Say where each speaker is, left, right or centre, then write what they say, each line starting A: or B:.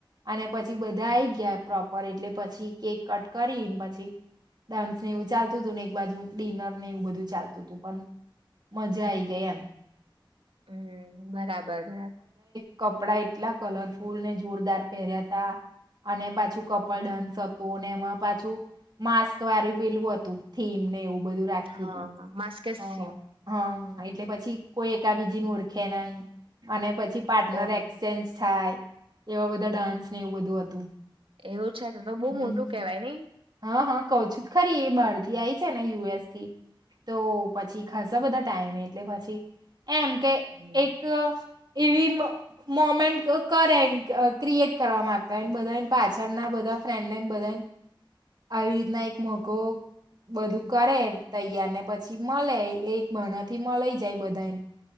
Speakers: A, on the right; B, on the right.
A: અને પછી બધા આઈ ગયા પ્રોપર એટલે પછ છી કેક કટ કરીન પછી ડાન્સ ને એવું ચાલતું હતું ને એક બાજુ ડિનર ને એવું બધું ચાલતું હતું પણ મજા આઈ ગઈ એમ.
B: હમ્મ, બરાબર બરા
A: કપડા એટલા કલરફુલ ને જોરદાર પહેર્યા તા અને પાછું કપલ ડાન્સ હતું અને એમાં પાછું માસ્ક વાળું પેલું હતું થીમ ને એવું બધું રાખ્યું
B: હા
A: તું.
B: માસ્કેસ
A: હ,
B: સીમ
A: હા હા એટલે પછી કોઈ એકાબીજી ઓળખે નહિ અને પછી પાર્ટનર
B: ઓહો
A: એક્સચેન્જ થાય એવા બધા ડાન્સ ને એવું બધું હતું.
B: એવું છે તો તો બહુ
A: હમ્મ,
B: મોટું
A: હમ્મ.
B: કેવાય નઈ
A: હા હા કહું છું ખરી એ બારથી આઈ છે ને યુ એસ થી તો પછી ખાસા બધા ટાઈમે એટલે પછી એમ કે
B: હમ
A: એક અહ એવી મ-મોમેન્ટ કરે ક્રિ-ક્રિએટ કરવા માંગતા હો બધા પાછળના બધા આ ફ્રેન્ડને બધા આવી રીતના એક મોકો બધું કરે તૈયાર ને પછી મલે એ બનાથી મલાઈ જાય બધા